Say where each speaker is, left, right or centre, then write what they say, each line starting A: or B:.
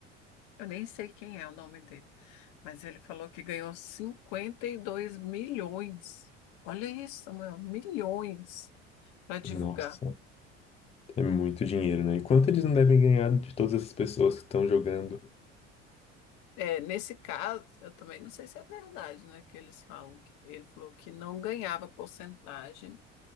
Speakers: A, on the left; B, on the left.
A: Eu nem sei quem é o nome dele, mas ele falou que ganhou 52 milhões. Olha isso, Samuel, milhões para divulgar.
B: Nossa. É muito dinheiro, né? E quanto eles não devem ganhar de todas essas pessoas que estão jogando?
A: É, nesse caso, eu também não sei se é verdade, né, que eles falam que ele falou que não ganhava porcentagem